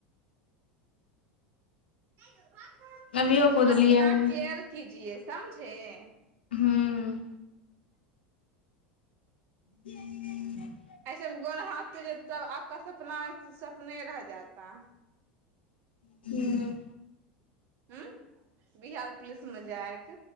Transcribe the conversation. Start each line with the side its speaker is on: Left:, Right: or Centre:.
Right: <inaudible> <inaudible>
Left: अभियो कुदलियै
Right: अपना
Left: हमे
Right: केयर कीजिए <inaudible> समझे <inaudible>
Left: हूँ ह <inaudible>
Right: ऐसेमे गोड़ हाथ टूट तो जे <inaudible> तब आपका सपना सपने रह जाता <inaudible>
Left: हूँ
Right: हूँ बिहार पुलिस मे जाएक